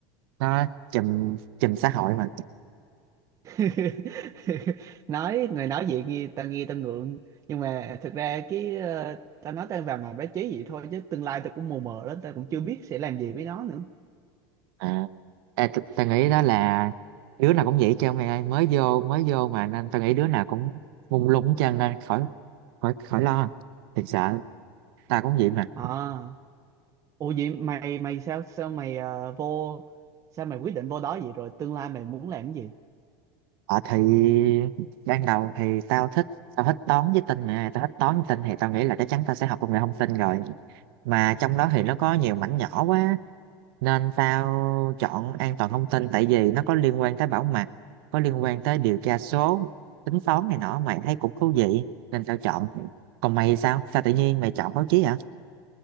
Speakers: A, on the right (about 70°); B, on the right (about 25°).
A: nó chùm chùm xã hội mà
B: <laughs> nói người nói vậy nghe tao nghe tao ngượng nhưng mà thực ra cái ờ, tao nói tao vào ngành báo chí vậy thôi chứ tương lai tao cũng mù mờ lắm tao cũng chưa biết sẽ làm gì với nó nữa
A: à, à t- tao nghĩ đó là đứa nào cũng vậy chứ mày ơi mới vô mới vô mà nên tao nghĩ đứa nào cũng mông lung hết trơn nên khỏi khỏi khỏi lo thiệt sợ tao cũng vậy mà
B: à ủa vậy mày mày sao sao mày ờ, vô sao mày quyết định vô đó vậy rồi tương lai mày muốn làm cái gì
A: Ờ thì ban đầu thì tao thích tao thích toán với tin nè tao thích toán với tin thì tao nghĩ là chắc chắn tao sẽ học công nghệ thông tin rồi mà trong đó thì nó có nhiều mảnh nhỏ quá nên tao chọn an toàn thông tin tại vì nó có liên quan tới bảo mật có liên quan tới điều tra số tính toán này nọ mày thấy cũng thú vị nên tao chọn còn mày sao sao tự nhiên mày chọn báo chí hả